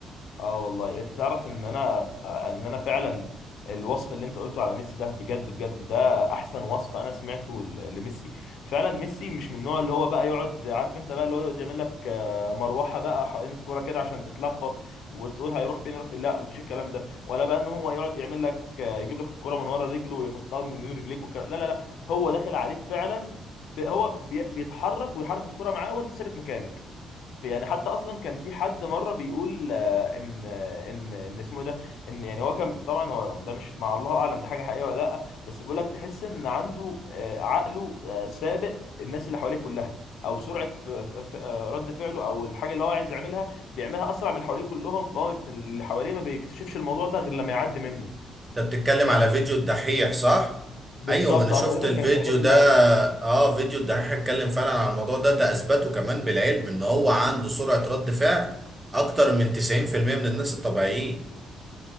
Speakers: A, on the left; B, on the right.
A: اه والله انت تعرف ان انا ان انا فعلا الوصف اللي انت قلته على ميسي ده بجد بجد ده احسن وصف انا سمعته ل- لميسي فعلا ميسي مش من النوع اللي هو بقى يقعد عارف انت بقى اللي هو يقعد يعمل لك آه، مروحه بقى حوالين الكوره كده عشان تتلخبط وتقول هيروح فين يروح فين لا مفيش الكلام ده ولا بقى ان هو يقعد يعمل لك آه، يجيب لك الكوره من ورا رجله ويحطها من بين رجليك والكلام لا لا لا هو داخل عليك فعلا ب- هو بي- بيتحرك ويحرك الكوره معاه وانت ثابت مكانك يعني حتى اصلا كان في حد مره بيقول آه، ان آه، ان ان اسمه إيه ده ان يعني هو كان طبعا هو ده مش مع الله اعلم ده حاجه حقيقيه ولا لا بس بيقول لك تحس ان عنده آه، عقله آه، سابق الناس اللي حواليه كلها او سرعه آه، ف- ف- آه، رد فعله او الحاجه اللي هو عايز يعملها بيعملها اسرع من اللي حواليه كلهم فهو بيب- اللي حواليه ما بيكتشفش الموضوع ده غير لما يعدي منه
B: انت بتتكلم
A: يعني
B: على فيديو الدحيح صح
A: بالظبط
B: ايوه ما انا شفت
A: اه تقريبا
B: الفيديو
A: كان الدحيح
B: ده
A: اللي قالها
B: اه فيديو الدحيح اتكلم فعلا على الموضوع ده ده اثبته كمان بالعلم ان هو عنده سرعة رد فعل اكتر من 90% من الناس الطبيعيين